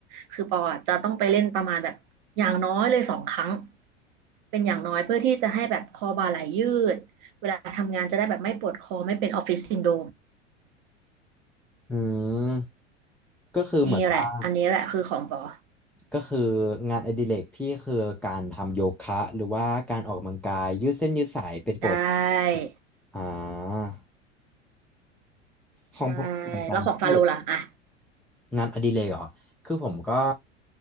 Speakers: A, on the right; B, in the centre.
A: คือปออจะต้องไปเล่นประมาณแบบอย่างน้อยเลยสองครั้งเป็นอย่างน้อยเพื่อที่จะให้แบบคอบ่าไหลยืดเวลาทำงานจะได้แบบไม่ปวดคอไม่เป็นออฟฟิศซินโดรม
B: อืมก็คือเหมือนว่า
A: นี่แหละอันนี้แหละคือของปอ
B: ก็คืองานอดิเรกพี่คือการทำโยคะหรือว่าการออกกำลังกายยืดเส้นยืดสายเป็นปกติ
A: ใช่
B: อ่าของผมเหมือนกันพี่
A: ใช่แล้วของฟาโลล่ะอ่ะ
B: งานอดิเรกเหรอคือผมก็